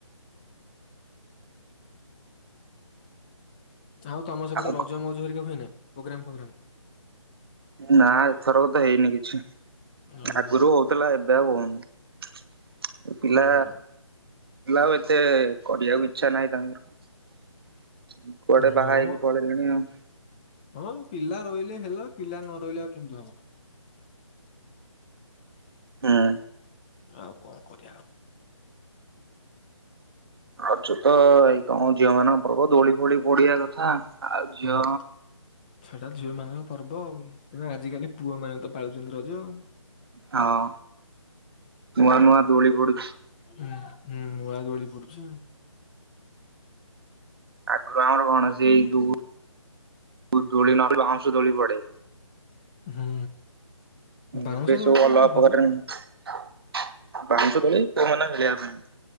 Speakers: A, on the left; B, on the right.
A: ଆଉ ତମ ସେପଟେ
B: ଆଉ
A: ରଜ ମଉଜ ଘରିକା ନାଇଁ ନାଇଁ ପ୍ରୋଗ୍ରାମ ଫୋଗ୍ରାମ୍।
B: ନା ଏଥରକ ତ ହେଇନି କିଛି
A: ଓହୋ
B: ଆଗରୁ ହଉଥିଲା ଏବେ ଆଉ ହଉନି ଏ ପିଲା
A: ହୁଁ
B: ଆଉ ଏତେ କରିଆକୁ ଇଛା ନାହିଁ ତାଙ୍କର କୁଆଡେ
A: ହଁ
B: ବାହା ହେଇକି ପଳେଇଲେଣି ଆଉ।
A: ହଁ ପିଲା ରହିଲେ ହେଲେ ପିଲା ନ ରହିଲେ ଆଉ କେମିତି ହବ।
B: ହୁଁ।
A: ଆଉ କଣ କରିବା ଆଉ
B: ଅଛୁ ତ ଏଇ କଣ ଝିଅ ମାନଙ୍କର ପର୍ବ ଦୋଳି ଫୋଳି ପଡିବା କଥା ଆଉ ଝିଅ
A: ହଁ ସେଟା ଝିଅ ମାନଙ୍କ ପର୍ବ ଆଉ ଆଜିକାଲି ପୁଅ ମାନେ ତ ପାଳୁଛନ୍ତି ରଜ।
B: ହଁ ନୂଆ ନୂଆ ଦୋଳି ପଡୁଛି।
A: ହୁଁ ହୁଁ ନୂଆ ଦୋଳି ପଡୁଛି।
B: ଆଗରୁ ଆମର କଣ ସେଇ ଯୋଉ ଦୋଳି ନ ଦୋଳି ପଡ଼େ।
A: ହୁଁ। ବାଉଁଶ
B: ଏବେ ସବୁ
A: ଦୋଳି ଟା
B: ଅଲଗା
A: ଭଲ
B: ପ୍ରକାର ଦୋଳି ଵାଉଶ ଦୋଳି ପୁଅ ମାନେ ଖେଳିବା ପାଇଁ।